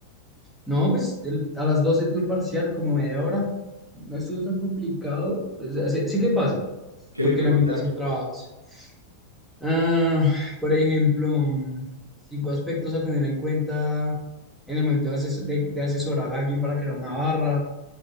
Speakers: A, in the centre; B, on the right (about 80°).
A: No, pues el- a las 12 tuve el parcial, como media hora. No estuvo tan complicado. Pues, ah, sé, sé qué pasó,
B: ¿Qué
A: porque
B: le preguntaron?
A: la mitad son trabajos. Ah, por ejemplo, mm, cinco aspectos a tener en cuenta en el momento de, ases- de- de asesorar a alguien para crear una barra.